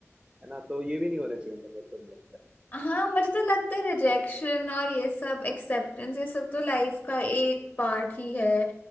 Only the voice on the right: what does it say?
है ना तो ये भी नहीं होना चाहिए मतलब मेरे को नहीं लगता